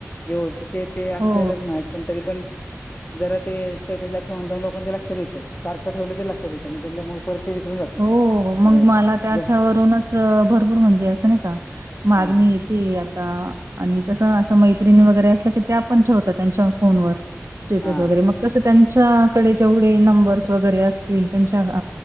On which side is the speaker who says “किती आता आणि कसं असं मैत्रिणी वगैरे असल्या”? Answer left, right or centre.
Right